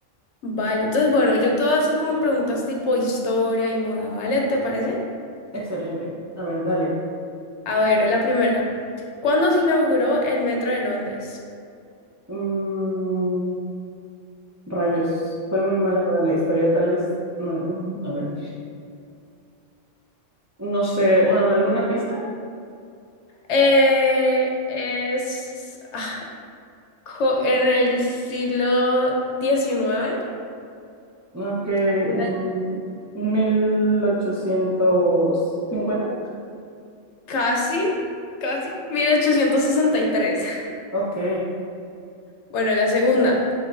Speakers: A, on the left; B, on the right.
A: Vale, entonces bueno, yo te voy a hacer como preguntas tipo historia y moda, ¿vale? ¿Te parece?
B: Excelente. A ver, dale.
A: A ver, la primera. ¿Cuándo se inauguró el metro de Londres?
B: Mm, rayos, soy muy mala para la historia, tal vez. No, mm, a ver, no sé, bueno, ¿alguna pista?
A: Eh, es ah, co- en el siglo XIX,
B: Ok, em,
A: algún año-
B: 1850.
A: casi, casi, 1863.
B: Ok.
A: Bueno, la segunda.